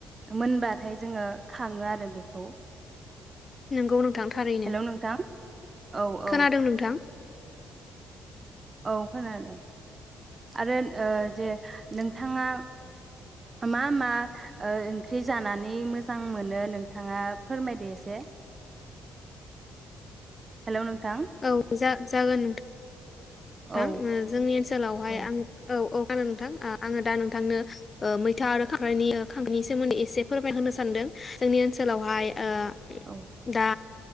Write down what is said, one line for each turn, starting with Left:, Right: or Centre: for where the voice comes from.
Right: मोनबाथाय जोङो। खाङो आरो बेखौ।
Left: नोंगौ नोंथां थारैनो
Right: हेलौ नोंथां औ औ
Left: खोनादों नोंथां?
Right: औ खोनादों आरो ओ जे नोंथांङा मा मा ओ ओंख्रि जानानै मोजां मोनो नोंथांङा फोरमायदो एसे। हेलौ नों थां।
Left: औ जा जागोन। नोंथां
Right: औ
Left: ओ जोंनि ओनसो नोंथां
Right: औ
Left: ओ आङो दा नोंथांनो ओ मैथा आरो खांख्राइनि खांख्रिाइनि सोमोन्दै एसे फोरमायहोनो सानदों जोंनि ओनसोलावहाय। ओ
Right: औ
Left: दा।